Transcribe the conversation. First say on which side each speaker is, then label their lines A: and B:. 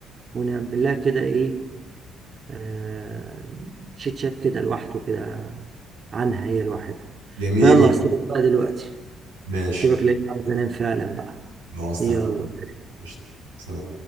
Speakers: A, on the right; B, on the right.
A: ونعمل لها كده ايه آه شيت شات كده لوحده كده عنها هي لوحدها
B: جميل
A: فيلا سيبك بقى دلوقتي
B: ماشي
A: سيبك لان عاوز انام فعلا بقى
B: خلاص
A: يلا
B: تمام قشطة سلام